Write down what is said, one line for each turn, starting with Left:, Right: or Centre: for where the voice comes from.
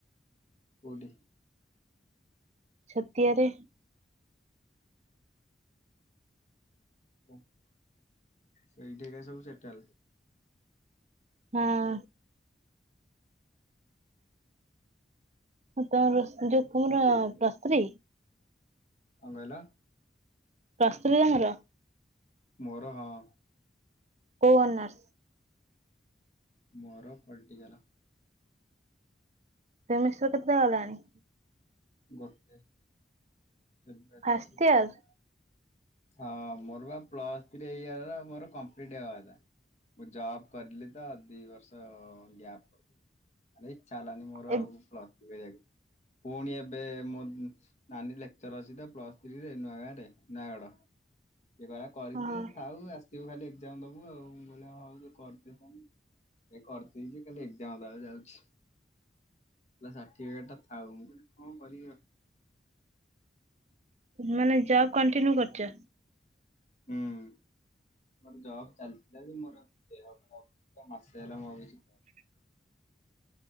Left: କୋଉଠି?
Right: ଛତିଆରେ।
Left: ହୁଁ ସେଇଠି ଏକା ସବୁ ସେଟାଲ।
Right: ହଁ। ଆଉ କଁ ରୋଷେ ହଯୋଉ କୁଓଁର ପ୍ର ସ୍୍ରୀ
Left: ଆଉ ମେଲା।
Right: ପ୍ରସ୍ତୁରି ତମର?
Left: ମୋର ହଁ।
Right: କଉଅନାର।
Left: ମୋର ପଲଟିକାଲ।
Right: ସେ ମିଶ୍ଚର ତ ପୁରା ଗଲାଣି।
Left: ଗୋଟେ ଏବେ ଆସିଛି
Right: ଫାଷ୍ଟ ଇୟର?
Left: କାଲି। ହଁ ମୋର ବା ପ୍ଲସ ଥ୍ରୀ ହେଇଯାଇଥାନ୍ତା, ମୋର କମ୍ପ୍ଲିଟ ହେବା କଥା। ମୁଁ ଜବ୍ କରିଲି ତ ଦି ବର୍ଷ ଗ୍ୟାପ। ଆରେ ଇଛା ହେଲାନି ମୋର
Right: ଏ
Left: ଆଉ ପ୍ଲସ୍ ଥ୍ରୀ କରିବାକୁ। ପୁଣି ଏବେ ମୋ ନାନୀ ଲେକ୍ଚର ଅଛି ତ ପ୍ଲସ୍ ଥ୍ରୀରେ ନୂଆାଁଗାଁରେ ନୟାଗଡ। ସେଏ କହିଲା କରିଦେ
Right: ହଁ
Left: ଥାଉ ଆସିବୁ ଖାଲି ଏକ୍ଜାମ ଦବୁ ଆଉ, ମୁଁ କହିଲି ହଉ ତୁ କରିଦେ ପମ୍। ଏ କରିଦେଇଛି ଖାଲି ଏଜାମ ଦବାକୁ ଯାଉଛି। ନା ସାର୍ଟିଫିକେଟ ଟା ପାଉନି କଣ କରିବି ଆଉ।
Right: ଉ ମାନେ ଜବ କଣ୍ଟିନ୍ୟୁ କରୁଛ?
Left: ହୁଁ ମୋର ଜବ୍ ଚାଲିଥିଲା ଯେ ମୋର ଦେହ ଖରାପ ତ ମାସେ ହେଲା ମୁଁ ଆଉ କିଛି କରୁନି।
Right: <inaudible>